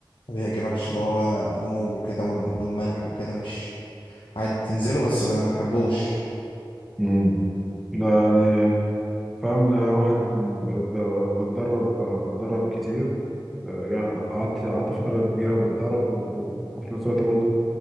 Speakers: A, on the left (about 80°); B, in the centre.
A: ما بيعجبكش اللي هو الموج وكده والم- والملح وكده مش عادي تنزله بس ما بحبوش
B: امم لا يعني فاهم أنا واحد ب- بتدرب بتدرب كتير يعني قعدت قعدت فترة كبيرة بتدرب و- وفي نفس الوقت برضه